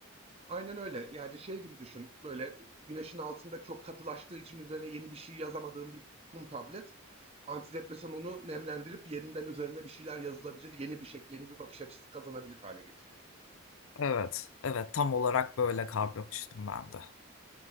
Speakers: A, on the right; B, on the left.
A: Aynen öyle. Yani şey gibi düşün. Böyle güneşin altında çok katılaştığı için üzerine yeni bir şey yazamadığın bir kum tablet. Antidepresan onu nemlendirip yeniden üzerine bir şeyler yazılabilir, yeni bir şekil, yeni bir bakış açısı kazanabilir hale getiriyor.
B: Evet, evet tam olarak böyle kavramıştım ben de.